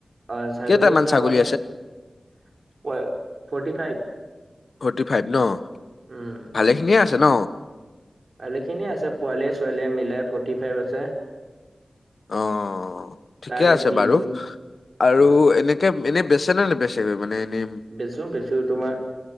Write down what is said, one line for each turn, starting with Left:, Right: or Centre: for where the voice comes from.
Right: অ', ছাগলীৰ
Left: কেইটামান
Right: ফাৰ্ম
Left: ছাগলী
Right: আছে, হয় ফৰ্টি ফাইভ।
Left: ফৰ্টি ফাইভ ন'?
Right: উম।
Left: ভালেখিনিয়ে আছে ন।
Right: ভালেখিনিয়ে আছে, পোৱালিয় ছোৱালীয়ে মিলাই ফৰ্টি ফাইভ আছে।
Left: অ', ঠিকে
Right: তাৰে
Left: আছে
Right: বিশ
Left: বাৰু,
Right: জুন
Left: আৰু
Right: অ',
Left: এনে এনেকে বেচে নে নেবেচগে মানে এনে।
Right: বেচো, বেচো তোমাৰ,